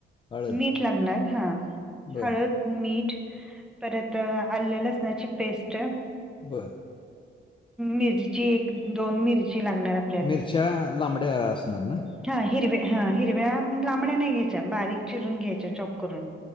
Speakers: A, on the left (about 25°); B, in the centre.
A: हळद
B: मीट लागणार हा
A: बर
B: हळद मीठ परत आलं लसणाची पेस्ट.
A: बरं!
B: मिरची एक दोन मिरची लागणार आ
A: मिरच्या लांबड्या असणार ना.
B: हा हिरव्या हा हिरव्या लांबड्या नाही घ्यायच्या बारीक चिरून घ्यायच्या चॉप करून.